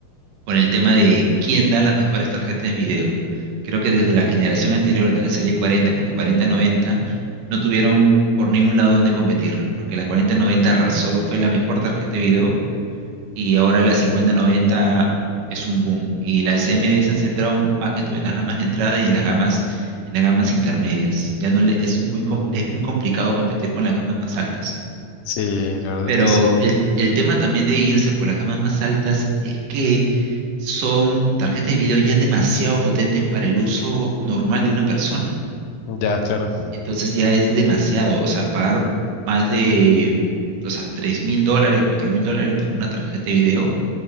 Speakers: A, on the right; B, on the left.
A: por el tema de quién da las mejores tarjetas de video. Creo que desde la generación anterior de la serie 40 con la 4090 no tuvieron por ningún lado donde competir, porque la 4090 arrasó, fue la mejor tarjeta de video y ahora la 50-90 es un boom. Y las AMD se han centrado más que todo en las gamas de entrada y en las gamas, en las gamas intermedias. Ya no le- es muy, com- es muy complicado competir con las gamas más altas.
B: Sí, la verdad
A: Pero
B: que sí.
A: el, el tema también de irse por las gamas más altas es que son tarjetas de video ya demasiado potentes para el uso normal de una persona.
B: Ya, claro.
A: Entonces ya es demasiado, o sea, pagar más de, o sea, tres mil dólares, cuatro mil dólares por una tarjeta de video